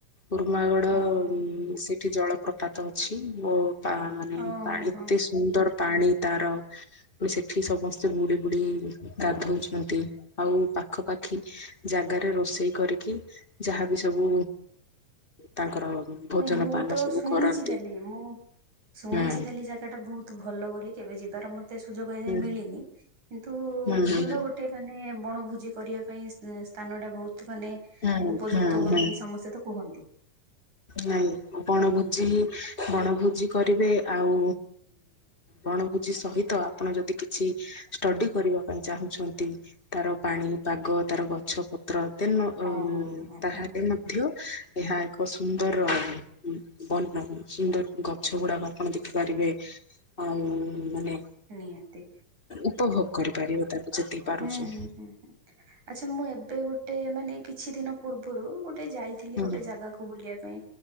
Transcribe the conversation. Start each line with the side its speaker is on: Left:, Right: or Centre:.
Left: ଉରୁମାଗଡ
Right: ହଁ ହଁ
Left: ସେଠି ଜଳପ୍ରପାତ ଅଛି ମୋ ପା ମାନେ
Right: ହଁ
Left: ପାଣି
Right: ହଁ ହଁ
Left: ଏତେ ସୁନ୍ଦର ପାଣି ତାର ପୁଣି ସେଠି ସମସ୍ତେ ବୁଡି ବୁଡି ଗାଧଉଛନ୍ତି ଆଉ ପାଖପାଖି ଜାଗାରେ ରୋଷେଇ କରିକି ଯାହାବି ସବୁ ତାଙ୍କର ଭୋଜନ
Right: ନାଇ ମୁଁ
Left: ପାନ
Right: ତ
Left: ସବୁ
Right: ଶୁଣିଛି
Left: କରନ୍ତି।
Right: ଖାଲି ମୁଁ ଶୁଣିଛି
Left: ହୁଁ
Right: ଖାଲି ଯା ସେଟା ବହୁତ ଭଲ ବୋଲି କେବେ ଯିବାର ମତେ ସୁଯୋଗ ଏଯାଏ
Left: ହୁଁ
Right: ମିଳିନି କିନ୍ତୁ
Left: ହୁଁ ହୁଁ
Right: ଭଲ ଗୋ ଗୋଟେ ମାନେ ବଣଭୋଜି କରିବା ପାଇଁ ସ୍ଥା ସ୍ଥାନ ଟା ବହୁତ ମାନେ
Left: ହୁଁ
Right: ଉପଯୁକ୍ତ
Left: ହୁଁ
Right: ବୋଲିକି
Left: ହୁଁ
Right: ସମସ୍ତେ ତ କୁହନ୍ତି।
Left: ନାଇଁ ବଣ
Right: ହୁଁ,
Left: ଭୋଜି। ବଣଭୋଜି କରିବେ ଆଉ ବଣଭୋଜି ସହିତ ଆପଣ ଯଦି କିଛି ଷ୍ଟଡି କରିବା ପାଇଁ ଚାହୁଁଛନ୍ତି ତାର ପାଣି ପାଗ ତାର ଗଛ ପତ୍ର ଦେନ
Right: ହଁ ହଁ ହଁ
Left: ତାହେଲେ
Right: ହଁ
Left: ମଧ୍ୟ ଏହା ଏକ ସୁନ୍ଦରବନ ସୁନ୍ଦର ଗଛ ଗୁଡାକ ଆପଣ ଦେଖିପାରିବେ। ଆଉ ମାନେ
Right: ନିହାତି
Left: ଉପଭୋଗ କରିପାରିବ ତା ଯେତିକି ପାରୁଛୁ
Right: ହୁଁ ହୁଁ ହୁଁ। ଆଚ୍ଛା ମୁଁ ଏବେ ଗୋଟେ ମାନେ କିଛି ଦିନ ପୂର୍ବରୁ ଗୋଟେ ଯାଇଥିଲି
Left: ହୁଁ
Right: ଗୋଟେ ଜାଗାକୁ ବୁଲିବା ପାଇଁ।